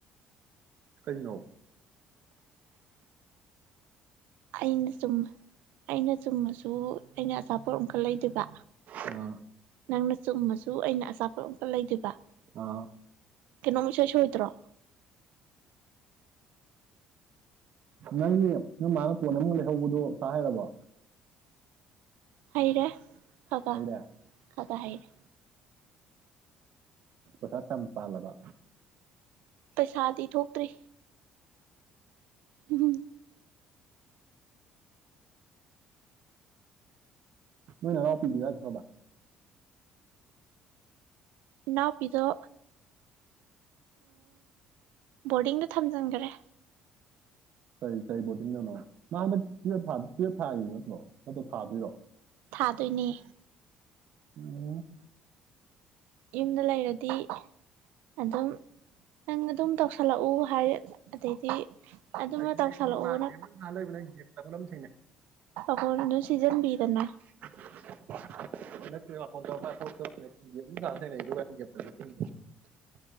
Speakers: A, on the right (about 65°); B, on the right (about 80°).
A: ꯀꯅꯧ
B: ꯑꯩꯅ ꯆꯨꯝ ꯑꯩꯅ ꯆꯨꯝꯃꯁꯨ ꯇꯣ ꯑꯩꯅ ꯑꯆꯥꯄꯣꯠ ꯑꯃꯀꯠ ꯂꯩꯗꯕ
A: ꯑꯥ
B: ꯅꯪꯅ ꯆꯨꯝꯃꯁꯨ ꯑꯩꯅ ꯑꯆꯥꯄꯣꯠ ꯑꯃꯀꯠ ꯂꯩꯗꯕ
A: ꯑꯥ
B: ꯀꯩꯅꯣꯝ ꯏꯁꯩꯁꯣꯏ ꯁꯣꯏꯗ꯭ꯔꯣ
A: ꯅꯪꯒꯤ ꯅꯪ ꯃꯥꯅ ꯀꯣꯟ ꯑꯃꯨꯛ ꯂꯩꯍꯧꯕꯗꯣ ꯁꯥ ꯍꯥꯏꯔꯕ
B: ꯍꯥꯏꯔꯦ ꯀꯀꯥ
A: ꯍꯩꯔꯦ
B: ꯀꯀꯥ ꯍꯥꯏꯩꯔꯦ
A: ꯀꯊ ꯇꯝ ꯄꯥꯂꯕ
B: ꯁꯥꯥꯇꯤ ꯊꯣꯛꯇ꯭ꯔꯤ ꯎꯝ
A: ꯃꯣꯏ ꯅꯅ ꯑꯣ ꯄꯄꯤꯗꯨꯒ ꯈꯔꯕꯥ
B: ꯅꯥꯎꯄꯤꯤꯗ ꯕꯣꯔꯗꯤꯡꯗꯨ ꯊꯝꯖꯤꯟꯈꯔꯦ
A: ꯀꯔꯤ ꯀꯔꯤ ꯕꯣꯔꯗꯤꯡꯗꯧꯅꯣ ꯅ ꯍꯟꯗꯛ ꯇꯨꯦꯠ ꯊꯥꯔꯤ ꯅꯠꯇ꯭ꯔꯣ ꯍꯟꯗ ꯊꯥꯗꯣꯏꯔꯣ
B: ꯊꯥꯗꯣꯏꯅꯦ
A: ꯎꯝ
B: ꯌꯨꯝꯗ ꯂꯩꯔꯗꯤ ꯑꯗꯨꯝ ꯅꯪ ꯑꯗꯨꯝ ꯇꯧꯁꯜꯂꯛꯎ ꯍꯥꯏ ꯑꯗꯩꯗꯤ ꯑꯗꯨꯃ
A: ꯑꯩ
B: ꯇꯧꯁꯜꯂꯛꯎꯅ
A: ꯃꯥꯒ ꯂꯩꯕ ꯂꯩ ꯒꯦꯝ ꯇꯂꯝ ꯊꯦꯡꯅ
B: ꯄꯀ ꯅ ꯁꯤꯖꯟ ꯗꯅ
A: ꯗ ꯄꯨꯗꯅꯦ ꯀ